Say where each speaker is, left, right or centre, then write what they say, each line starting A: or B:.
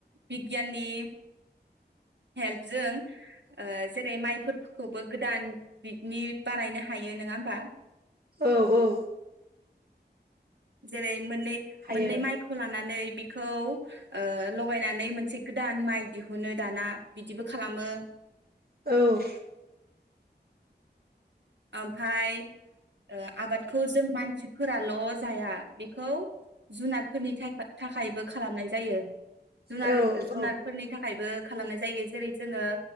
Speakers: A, on the right; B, on the right.
A: बिगियाननि हेल्पजों ओ जेरै माइफोरखौबो गोदान बिदनि बानायनो हायो नङा होमबा
B: औ औ
A: जेरै मोननै
B: हायो
A: मोननै माइखौ लानानै बिखौ ओ लगायनानै मोनसे गोदान माइ दिहुनो दाना बिदिबो खालामो।
B: औ
A: ओमफाय ओ आबादखौ जों मानसिफोराल जाया बेखौ जुनारफोरनि थाखाय थाखायबो खालामनाय जायो जुनार
B: औ
A: जुनारफोरनि थाखायबो खालामनाय जायो जेरै जोङो